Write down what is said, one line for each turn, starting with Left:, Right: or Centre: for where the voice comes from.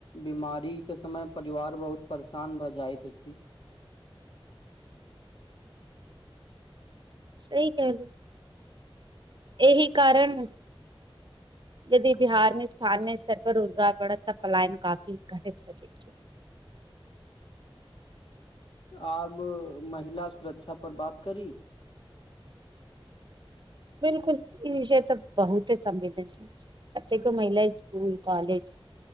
Left: बीमारीे के समय परिवार बहुत परेशान भ जाइत अछि।
Right: सही कहलहुं, एहि कारण यदि बिहार मे स्थानीय स्तर पर रोजगार बढ़त त पलायन काफी घटित सकै छै।
Left: <unintelligible> आब महिला सुरक्षा पर बात करी?
Right: बिलकुल, ई विषय त बहुते संवेदनशील छै, कतेको महिला स्कूल कॉलेज